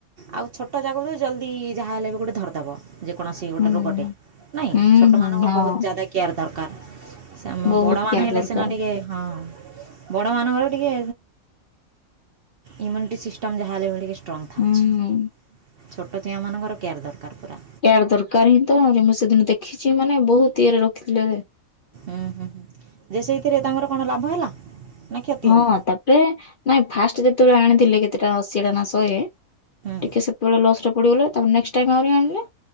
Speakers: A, on the right; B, on the left.
A: ଆଉ ଛୋଟ ଯାକକୁ ତ ଜଲ୍ଦି ଯାହାହେଲେ ବି ଗୋଟେ ଧରିଦେବ। ଯେକୌଣସି ଗୋଟେ
B: ହୁଁ
A: ରୋଗଟେ ନାଇଁ
B: ହୁଁ
A: ଛୋଟମାନଙ୍କୁ
B: ହୁଁ ହଁ।
A: ବହୁତ ଜାଦା କେୟାର ଦରକାର। ସେ ଆମ
B: ବହୁତ
A: ବଡ଼ ମାନ
B: କେୟାର
A: ହେଲେ
B: ଦରକାର
A: ସିନା ଟିକେ ହଁ। ବଡ଼ମାନଙ୍କର ଟିକେ ଇମ୍ୟୁନିଟି ସିଷ୍ଟମ୍ ଯାହା ହେଲେ ଟିକେ ଷ୍ଟ୍ରଙ୍ଗ୍ ଥାଉଚି
B: ହୁଁ।
A: ଛୋଟ ଚିଆଁ ମାନଙ୍କର କେୟାର ଦରକାର ପୁରା।
B: କେୟାର ଦରକାର ହିଁ ତ ମୁଁ ସେଦିନ ଦେଖିଛି ମାନେ ବହୁତ ଇଏରେ ରଖିଥିଲେରେ।
A: ହୁଁ ହୁଁ ହୁଁ ଯେ ସେଇଥିରେ ତାଙ୍କର କଣ ଲାଭ ହେଲା? ନା କ୍ଷତି
B: ହଁ
A: ହେଲା
B: ତାପରେ ନାଇଁ ଫାଷ୍ଟ ଯେତେବେଳେ ଆଣିଥିଲେ କେତେଟା ଅଶିଟା ନା ଶହେ।
A: ହୁଁ
B: ଟିକେ ସେତେବେଳେ ଲସ ରେ ପଡିଗଲେ ତା ନେକ୍ସଟ ଟାଇ ଆହୁରି ଆଣିଲେ।